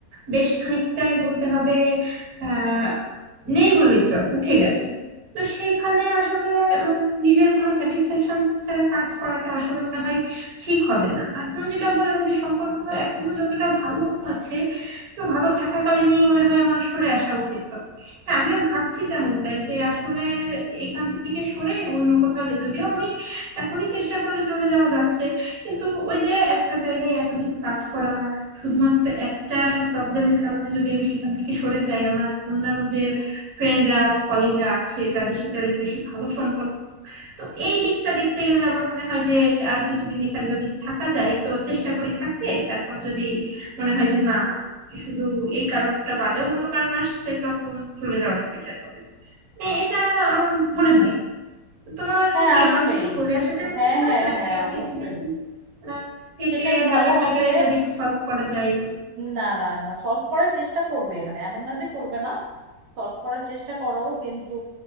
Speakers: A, on the right (about 60°); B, on the right (about 85°).
A: বেশ খানিকটাই বলতে হবে আহ নেই বললেই চলে উঠে গেছে তো সেখানে আসলে আমার মানে নিজের কোনো স্যাটিসফ্যাকশন ছাড়া কাজ করাটা আসলে মনে হয় ঠিক হবে না আর তুমি যেটা বললে যে সম্পর্ক এখনো যতটা ভালো আছে তো ভালো থাকাকালীনই মনে হয় আমার সরে আসা উচিত হবে। হ্যাঁ আমিও ভাবছি তেমনটাই যে আসলে এখান থেকে সরে অন্য কোথাও যে- যদিও আমি এখনই চেষ্টা করলে চলে যাওয়া যাচ্ছে কিন্তু ওই যে একটা জায়গায় এতদিন কাজ করা শুধুমাত্র একটা সব প্রবলেমের কারণে যদি আমি সেখান থেকে সরে যাই আমার অন্যান্য যে ফ্রেন্ডরা বা কলিগরা আছে যাদের সাথে অনেক বেশি ভালো সম্পর্ক তো এই দিকটা দেখতে গেলে আবার মনে হয় যে আর কিছুদিন এখানে যদি থাকা যায় তো চেষ্টা করি থাকতে তারপর যদি মনে হয় যে না শুধু এই কারণটা বাদেও অন্য কারণ আসছে তখন চলে যাওয়াটা বেটার হবে এ- এটা আমার মনে হয় তো তোমার
B: হ্যাঁ
A: কি
B: আসলেই
A: আমার কি চলে আসাটাই
B: হ্যাঁ
A: উচিত হয়
B: হ্যাঁ
A: নাকি
B: হ্যাঁ
A: আর
B: অবশ্যই
A: কিছুদিন আহ, থেকে
B: সেটাই ভালো
A: ব্যাপারটাকে
B: হবে
A: যদি সলভ করা যায়
B: না না না সলভ করার চেষ্টা করবে মানে এমন না যে করবে না সলভ করার চেষ্টা করো কিন্তু